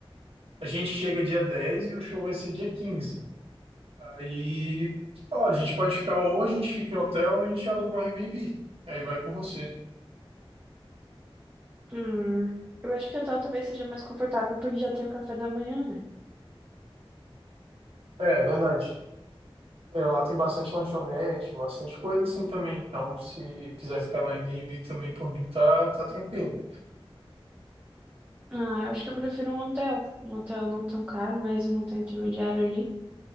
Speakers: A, on the right; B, on the right.
A: A gente chega dia 10 e o show vai ser dia 15. Aí, ó, a gente pode ficar ou a gente fica em hotel ou a gente aluga um Airbnb. Aí vai por você.
B: Hum, eu acho que hotel talvez seja mais confortável porque já tem o café da manhã, né?
A: É, verdade. É, lá tem bastante lanchonete, bastante coisa assim também. Então, se quiser ficar no Airbnb também, por mim, tá, tá tranquilo.
B: Ah, eu acho que eu prefiro um hotel. Um hotel não tão caro, mas um hotel intermediário ali.